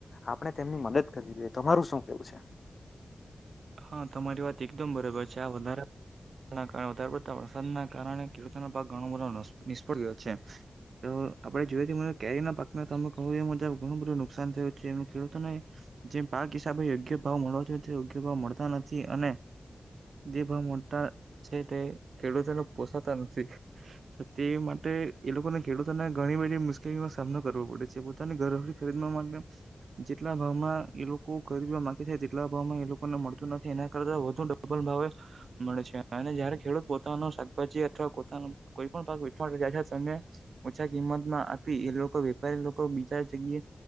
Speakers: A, on the left (about 55°); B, on the right (about 80°).
A: આપણે તેમની મદદ કરવી જોઈએ. તમારું શું કેવું છે?
B: હા તમારી વાત એકદમ બરાબર છે. આ વધારા વધારે પડતા વરસાદના કારણે ખેડૂતોનો ભાગ ઘણો બધો નિષ્ફળ ગયો છે. તો આપણેે જોઈ મને કેરી ના પાકમાં તમે કહો એ મુજબ ઘણું બધું નુકસાન થયું છે એ ખેડૂતો ને જેમ પાક હિસાબે યોગ્ય ભાવ મળવા જો યોગ્ય ભાવ મળતા નથી અને તે ભાવ મલતા છે તે ખેડૂતોને પોષતા નથી તે માટે એ લોકોને ખેડૂતોને ઘણી બધી મુશ્કેલીઓનો સામનો કરવો પડે છે. પોતાની ઘરવખરી ખરીદવા માટે જેટલા ભાવમાં એ લોકો ખરીદવા માંગે છે. તેટલા ભાવમાં એ લોકો? ને મળતું નથી એના કરતા વધુ ડબલ ભાવે મળે છે. અને જયારે ખેડૂત પોતાનો શાકભાજી અથવા કોઈ પણ <unintelligible> તેને ઓછા કિંમતમાં એ લોકો વેપારી લોકો બીજા જગ્યાએ